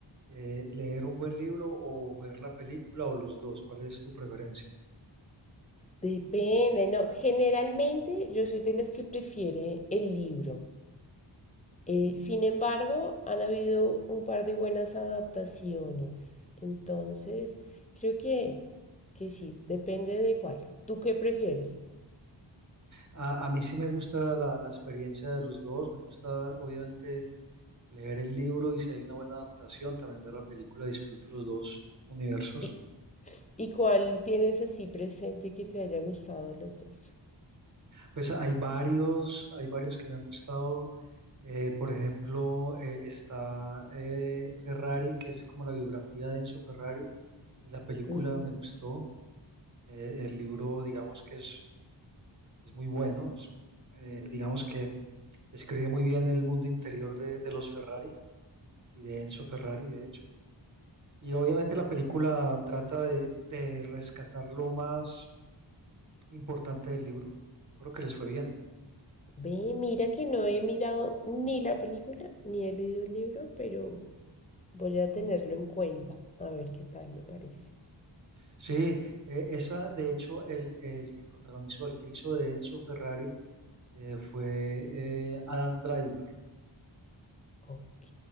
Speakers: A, on the right (about 40°); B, on the left (about 15°).
A: Eh, ¿leer un buen libro o ver la película o los dos? ¿Cuál es tu preferencia?
B: Depende, no. Generalmente yo soy de las que prefiere el libro. Eh, sin embargo, han habido un par de buenas adaptaciones. Entonces, creo que, que sí, depende de cuál. ¿Tú qué prefieres?
A: A, a mí sí me gusta la, la experiencia de los dos, me gusta obviamente leer el libro y si hay una buena adaptación, también ver la película, disfruto los dos universos.
B: ¿Y, y cuál tienes así presente que te haya gustado de los dos?
A: Pues hay varios, hay varios que me han gustado. Eh, por ejemplo, eh, está eh, Ferrari, que es como la biografía de Enzo Ferrari, y la película
B: Ujú.
A: me gustó. Eh, el libro, digamos que es, es muy bueno. Es, eh, digamos que Describe muy bien el mundo interior de, de los Ferrari y de Enzo Ferrari, de hecho. Y obviamente la película trata de, de rescatar lo más importante del libro. Yo creo que les fue bien.
B: Ve, mira que no he mirado ni la película ni he leído el libro, pero Voy a tenerlo en cuenta, a ver qué tal me parece.
A: Sí, eh, esa, de hecho, el, el que protagonizó, el que hizo de Enzo Ferrari eh, fue eh, Adam Driver.
B: Ok,